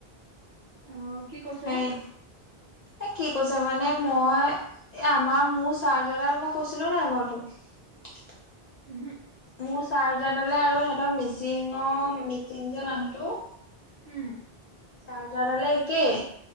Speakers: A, on the right; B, on the left.
A: অ কি কৈছে
B: হেই
A: বা
B: এ কি কৈছ মানে মই এ আমাৰ মোৰ চাৰ্জাৰডাল মই কৈছিলো নাই বাৰু তোক
A: উমহু
B: মোৰ চাৰ্জাৰডালে আৰু সিহঁতৰ মিচিং অ মিচিং যে মানুহটো
A: হুম।
B: চাৰজাৰডালে একে।